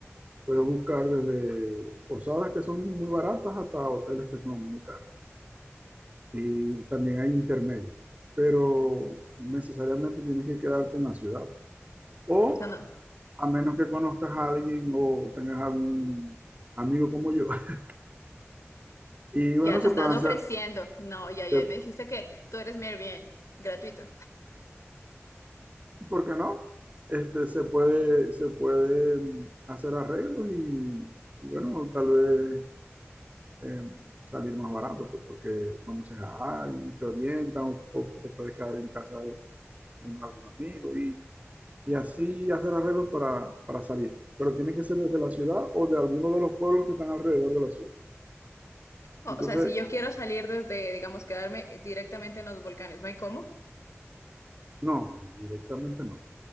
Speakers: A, on the right; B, on the left.
A: Puedes buscar desde posadas que son muy baratas hasta hoteles que son muy caros. Y también hay intermedios, pero necesariamente tienes que quedarte en la ciudad. O
B: O sea, no,
A: a menos que conozcas a alguien o tengas algún amigo como yo. <laughs> Y bueno,
B: ya te
A: se
B: estás
A: pueden
B: ofreciendo.
A: hacer,
B: No, ya, ya,
A: se
B: me dijiste que tú eres mi Airbnb, gratuito.
A: ¿por qué no? Este, se puede, se puede hacer arreglos y, y bueno, tal vez eh, salir más barato, pues, porque conoces a alguien, te orientan o, o te puedes quedar en casa de, de algún amigo y, y así hacer arreglos para, para salir. Pero tiene que ser desde la ciudad o de alguno de los pueblos que están alrededor de la ciudad.
B: O,
A: Entonces,
B: o sea, si yo quiero salir desde, digamos, quedarme directamente en los volcanes, ¿no hay cómo?
A: no, directamente no.